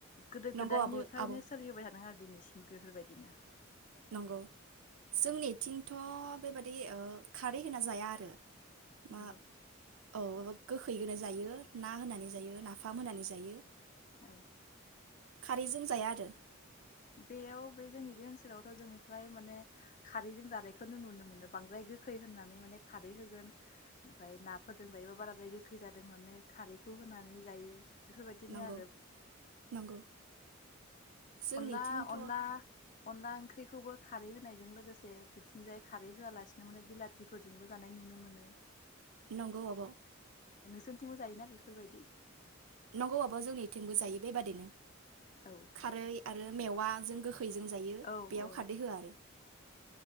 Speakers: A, on the left; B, on the right.
A: गोदो-गोदायनिफ्रायनो
B: नंगौ आब' आब'
A: थादों आरो दिनैसिम बेफोरबायदिनो।
B: नंगौ जोंनिथिंथ' बेबायदि ओ खारै होना जाया आरो। मा
A: नंगौ।
B: औ माबा गोखैखौनो जायो ना होनानै जायो, नाफाम होनानै जायो। <inaudible>
A: औ।
B: खारैजों जाया आरो?
A: बेयाव बे जोंनि बे ओनसोलावथ' जों फ्राय माने खारैजों जानायखौनो नुनो मोनो। बांद्राय गोखै होननानै माने खारै होगोन, ओमफ्राय नाफोरजों जायोबा बाराद्राय गोखै जादों होननानै खारैखौ होनानै जायो। बेफोरबायदिनो
B: नंगौ
A: आरो।
B: नंगौ जोंनिथिंथ'
A: अनला अनला अनला ओंख्रिखौबो खारै होनायजों लोगोसे बिथिंजाय खारै होआलासिनो माने बिलाथिफोरजोंबो जानाय नुनो मोनो।
B: नंगौ आब'।
A: सोरथिंबो जायो ना बेफोरबायदि
B: नंगौ आब'। जोंनिथिंबो जायो बेबादिनो।
A: औ
B: खारै आरो मेवा जों गो खैजों जायो।
A: औ
B: बेयाव
A: औ
B: खारदै होआ आरो